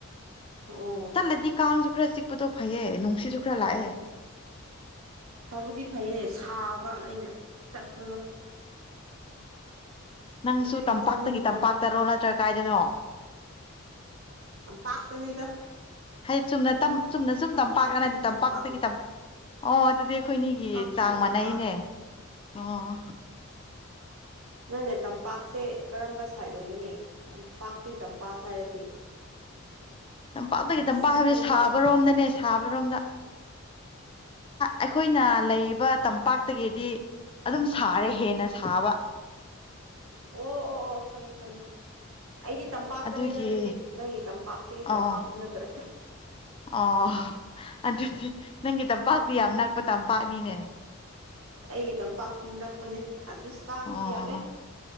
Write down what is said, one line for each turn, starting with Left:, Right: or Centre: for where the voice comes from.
Right: ꯑꯣ
Left: ꯆꯠꯂꯗꯤ ꯀꯥꯡꯁꯨ ꯈꯔ ꯆꯤꯛꯄꯗꯣ ꯐꯩꯌꯦ ꯅꯨꯡꯁꯤꯠꯁꯨ ꯈꯔ ꯂꯥꯛꯑꯦ
Right: ꯐꯕꯨꯗꯤ ꯐꯩꯌꯦ ꯁꯥꯕ ꯑꯩꯅ ꯆꯠꯄꯗꯣ
Left: ꯅꯪꯁꯨ
Right: ꯑꯗꯨꯒꯤ
Left: ꯇꯝꯄꯥꯛꯇꯒꯤ
Right: ꯆꯠꯅꯤꯡꯗ꯭ꯔꯕ
Left: ꯇꯝꯄꯥꯛꯇꯔꯣ ꯅꯠꯇ꯭ꯔꯒꯥ ꯀꯥꯏꯗꯅꯣ
Right: ꯇꯝꯄꯥꯛꯇꯥꯅꯤꯗꯥ
Left: ꯍꯩ ꯆꯨꯝꯅ ꯆꯨꯝꯅ ꯁꯨꯝ
Right: ꯇꯝꯄꯥꯛꯇꯒꯤ
Left: ꯇꯝꯄꯥꯛꯀꯅ ꯑꯗꯨ ꯇꯝꯄꯥꯛꯇꯒꯤ
Right: ꯇꯝꯄꯥꯛꯅꯦ
Left: ꯑꯣ ꯑꯗꯨꯗꯤ ꯑꯩꯈꯣꯏꯅꯤꯒꯤ
Right: ꯇꯝꯄꯥꯛꯇꯒꯤ
Left: ꯆꯥꯡ ꯃꯥꯟꯅꯩꯅꯦ
Right: ꯇꯝꯄꯥꯛ
Left: ꯑꯣ
Right: ꯅꯪ ꯅ ꯇꯝꯄꯥꯛꯁꯦ ꯀꯔꯝꯕ ꯁꯥꯏꯠ ꯑꯣꯏꯒꯅꯤ ꯇꯝꯄꯥꯛꯇꯤ ꯇꯝꯄꯥꯛ ꯍꯥꯏꯔꯗꯤ
Left: ꯇꯝꯄꯥꯛꯇꯒꯤ
Right: ꯑꯁ
Left: ꯇꯝꯄꯥꯛ ꯍꯥꯏꯕꯁ
Right: ꯀꯔꯤꯅꯣ
Left: ꯁꯥꯕꯔꯣꯝꯗꯅꯦ
Right: ꯈꯪ
Left: ꯁꯥꯕꯔꯣꯝꯗ ꯑꯩꯈꯣꯏꯅ ꯂꯩꯔꯤꯕ ꯇꯝꯄꯥꯛꯇꯒꯤꯗꯤ ꯑꯗꯨꯝ ꯁꯥꯔꯦ ꯍꯦꯟꯅ ꯁꯥꯕ
Right: ꯑꯣ ꯑꯣ ꯑꯣ ꯈꯪꯉꯦ ꯈꯪꯉꯦ ꯑꯩꯗꯤ ꯇꯝꯄꯥꯛꯇꯅꯦꯗ
Left: ꯑꯗꯨꯒꯤ
Right: ꯑꯗꯨꯗꯤ ꯅꯪꯒꯤ ꯇꯝꯄꯥꯛꯇꯒꯤ-ꯇꯝꯄꯥꯛꯇꯨ
Left: ꯑꯣ
Right: ꯅꯠꯇ꯭ꯔꯦ
Left: ꯑꯣ ꯑꯗꯨꯗꯤ ꯅꯪꯒꯤ ꯇꯝꯄꯥꯛꯇꯤ ꯌꯥꯝ ꯅꯛꯄ ꯇꯝꯄꯥꯛꯅꯤꯅꯦ
Right: ꯑꯩꯒꯤ ꯇꯝꯄꯥꯛꯇꯤ ꯅꯛꯄꯥꯅꯦ ꯑꯗꯨꯁ ꯀꯥꯡꯗꯤ
Left: ꯑꯣ
Right: ꯌꯥꯝꯃꯦ